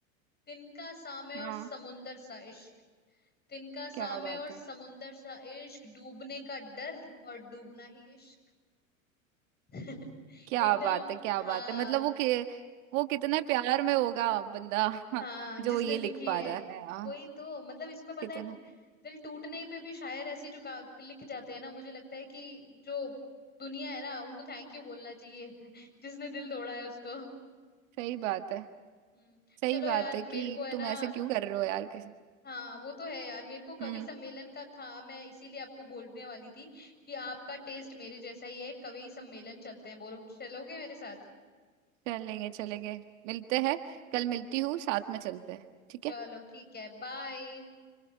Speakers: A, on the left (about 25°); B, on the right (about 65°).
A: तिनका सामे
B: हाँ
A: और समुंदर सा इश्क तिनका
B: क्या
A: सामे
B: बात
A: और समुंदर
B: है
A: सा इश्क डूबने का डर और डूबना ही इश्क <laughs>
B: क्या
A: एकदम
B: बात है क्या
A: हाँ
B: बात है मतलब वो कि, वो कितने प्यार में होगा बंदा <laughs>
A: हाँ जिसने
B: जो ये
A: लिखी
B: लिख पा
A: है
B: रहा है हाँ
A: वही तो मतलब इसमें पता
B: कितना
A: है दिल टूटने पे भी शायर ऐसी जो का- लिख जाते हैं ना मुझे लगता है कि जो दुनिया है ना उनको थैंक यू बोलना चाहिए <laughs> जिसने दिल तोड़ा है उसको
B: सही बात है
A: हम्म <laughs>
B: सही
A: चलो
B: बात
A: यार
B: है कि
A: मेरे को है
B: तुम
A: ना
B: ऐसे क्यों कर रहे हो यार किसी-
A: हाँ वो तो है यार मेरे को कवि
B: हम्म
A: सम्मेलन का था मैं इसीलिए आपको बोलने वाली थी कि आपका टेस्ट मेरे जैसा ही है कवि सम्मेलन चलते हैं बोलो चलोगे मेरे साथ
B: चलेंगे चलेंगे मिलते हैं कल मिलती हूँ साथ में चलते हैं ठीक
A: चलो
B: है
A: ठीक है बाय